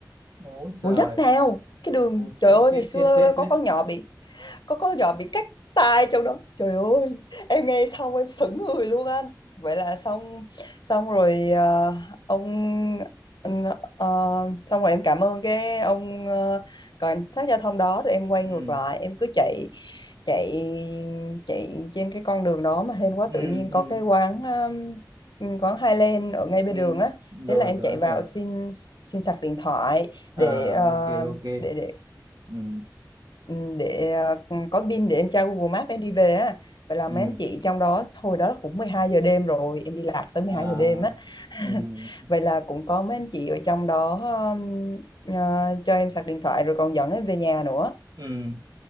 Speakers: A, on the right; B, on the left.
A: bố giời
B: quận nhất nào cái đường
A: bố chết
B: trời ơi
A: chết
B: ngày xưa
A: chết chết chết
B: có con nhỏ bị có con nhỏ bị cắt tai trong đó trời ơi em nghe xong em sững người luôn anh vậy là xong xong rồi ờ, ông anh, ờ, xong rồi em cảm ơn cái ông ờ, cảnh sát giao thông đó rồi em quay
A: ừ
B: ngược lại em cứ chạy chạy chạy trên cái con đường đó mà hên quá
A: ừ
B: tự nhiên có
A: ừ
B: cái quán um, quán Highland ở ngay bên
A: ừ
B: đường á
A: rồi
B: thế là em
A: rồi
B: chạy
A: anh
B: vào
A: hiểu
B: xin xin sạc điện thoại để
A: à
B: ờ,
A: ok ok
B: để để
A: ừ
B: ừ, để ờ, có pin để em tra Google Maps em đi về á vậy là
A: ừ
B: mấy anh chị trong đó hồi đó cũng 12 giờ đêm rồi em đi lạc tới 12
A: à
B: giờ đêm á <laughs>
A: ừ
B: vậy là cũng có mấy anh chị ở trong đó um, ờ, cho em sạc điện thoại rồi còn dẫn em về nhà nữa
A: ừ